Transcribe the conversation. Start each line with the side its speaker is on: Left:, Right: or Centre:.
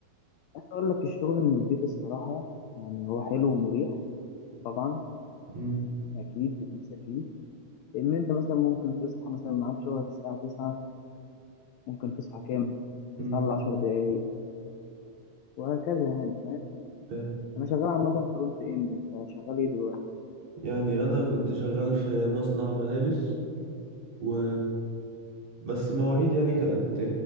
Left: عايز أقول لك الشغل من البيت الصراحة يعني هو حلو ومريح طبعا
Right: مم.
Left: أكيد الميزة فيه إن أنت مثلا ممكن تصحى مثلا ميعاد شغلك الساعة 9 ممكن تصحى كام؟
Right: مم.
Left: 9 ل 10 دقايق وهكذا يعني
Right: ف...
Left: انا شغال عامه فرونت اند انت شغال ايه دلوقتي
Right: يعني أنا كنت شغال في مصنع ملابس و بس مواعيد يعني كانت